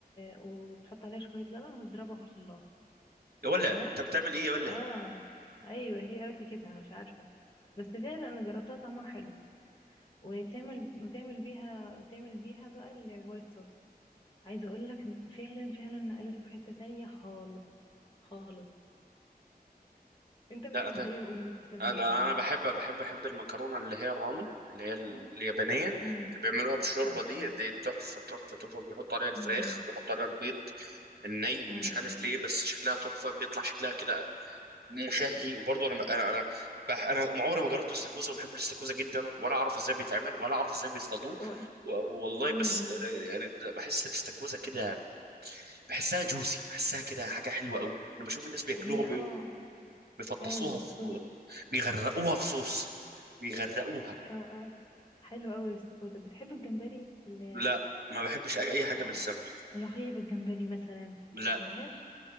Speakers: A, on the left (about 30°); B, on the right (about 80°).
A: وتحط عليها شوية لبن وتضربها في الخلاط
B: يا ولا
A: تمام
B: انت بتعمل ايه يا ولا
A: اه ايوه هي قالت لي كده انا مش عارفة بس فعلا انا جربتها طعمها حلو وتعمل وتعمل بيها وتعمل بيها بقى ال- الوايت صوص عايزة اقول لك إن فعلا فعلا نقلته في حتة تانية خالص خالص انت بتحب
B: لا انت
A: ايه قولي مثلا في
B: انا
A: المكرونات
B: انا بحب بحب بحب المكرونه اللي هي الرامن اللي هي اليابانيه
A: <clears throat> <coughs>
B: اللي
A: امم
B: بيعملوها بالشوربه
A: الله
B: دي دي تحفه تحفه تحفه بيحط عليها الفراخ
A: امم
B: وبيحط عليها البيض الني
A: امم
B: مش عارف ليه بس شكلها تحفه بيطلع شكلها كده مشهي وبرضه انا انا انا بح انا ما عمري ما جربت الاستاكوزا وبحب الاستاكوزا جدا ولا اعرف ازاي بيتعمل ولا اعرف ازاي بيصطادوه
A: و...
B: و- والله
A: امم
B: بس يعني ده- بحس الاستاكوزا كده بحسها جوسي بحسها كده حاجه حلوه قوي انا بشوف الناس بياكلوها
A: هي
B: بي-
A: اه
B: بيفطسوها
A: فعلا الاستاكوزا
B: في بيغرقوها في صوص بيغرقوها
A: اه اه حلو قوي الاستاكوزا بتحب الجمبري ال
B: لا ما بحبش اي أي حاجه
A: آه،
B: من السمك
A: ملوخية بالجمبري مثلا
B: لا
A: تحبهاش